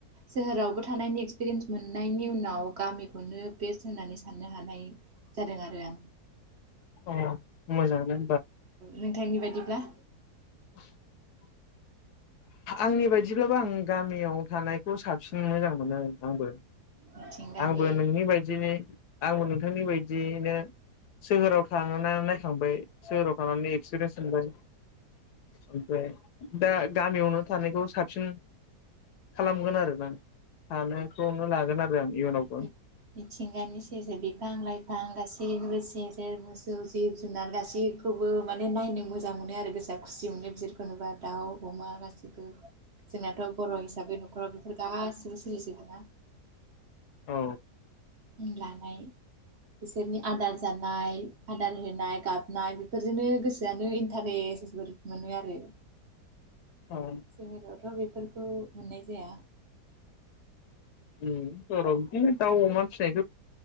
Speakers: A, on the right (about 50°); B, on the left (about 75°).
A: सोहोरावबो थानायनि एक्सपिरियेन्स मोननायनि उनाव गामिखौनो बेस्ट होननानै साननो हानाय जादों आरो आं
B: अ मोजांनो
A: नोंथांनिबायायदिब्ला
B: <inaudible> आंनि बायदिब्लाबो आं गामियाव थानायखौ साबसिन मोजां मोनो आंबो
A: मिथिंगानि
B: आंबो नोंनि बायदि आंबो नोंथांनि बायदियैनो सोहोराव थानानै नायखांबाय सोहोराव थांनानै एक्सपिरियेन्स थांबाय ओमफ्राय दा गामियावनो थानायखौ सा बसिन खालामगोन आरो ना थानोखौनो लागोन आरो आं। इयुनावबो
A: मिथ-मिथिंगानि सेजों बिफां लाइ फां गासैबो सेर सेर मोसौ जिब जुनार गासै गासिखौबो माने नायनो मोजां मोनो आरो गोसोआ खुसि मोनो बिसोर खौ नुबा दाउ अमा गासिबो जोंनाथ बर हिसाबै नखराव बेफोर गासि खिलिसोदोना?
B: औ।
A: लानाय बिसोरनि आदार जानाय आदार होनाय गाबनाय बेफोरजोंनो गोसोआनो इन्टारेस्टबो मोनो आरो।
B: औ
A: जोंनि रावथ बेफोरखौ मोननाय जाया।
B: उम बिदिनो दाव अमा फिनाय